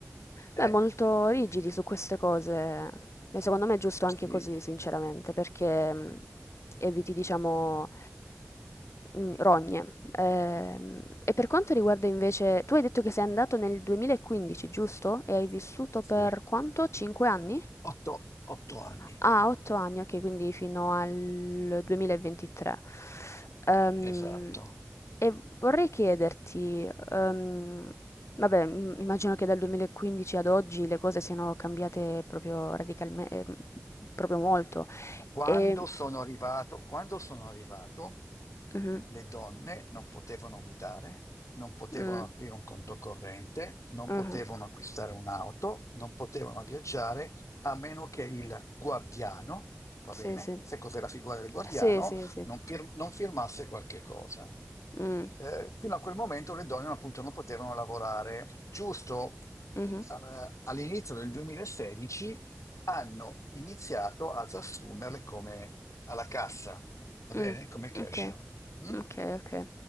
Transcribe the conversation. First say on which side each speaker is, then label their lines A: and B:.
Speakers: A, on the left; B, on the left.
A: Beh,
B: Eh,
A: molto
B: eh,
A: rigidi
B: eh,
A: su queste cose e secondo me è giusto anche
B: sì.
A: così sinceramente, perché, mhmm, eviti diciamo, mhmm, rogne. Ehm, e per quanto riguarda invece tu hai detto che sei andato nel 2015, giusto? E hai vissuto
B: Sì,
A: per quanto? 5 anni?
B: otto, otto anni,
A: Ah, 8 anni, okay, quindi fino al 2023. Ehm,
B: esatto.
A: e vorrei chiederti, ehm, vabbè, im immagino che dal 2015 ad oggi le cose siano cambiate proprio radicalme ehm, proprio molto.
B: Quando
A: Ehm
B: sono arrivato, quando sono arrivato,
A: mh-mh,
B: le donne non potevano guidare, non potevano
A: mh,
B: aprire un conto corrente, non
A: mh-mh.
B: potevano acquistare un'auto, non potevano viaggiare a meno che il guardiano, va
A: Sì,
B: bene,
A: sì.
B: se cos'è la figura del guardiano,
A: Sì, sì, sì.
B: non, fir- non firmasse qualche cosa.
A: Mh,
B: Eh, fino a quel momento le donne appunto non potevano lavorare. Giusto,
A: mh-mh,
B: eh, all'inizio del 2016 hanno iniziato ad assumerle come alla cassa, va bene?
A: mh.
B: Come cashier.
A: Okay,
B: mm?
A: okay, okay.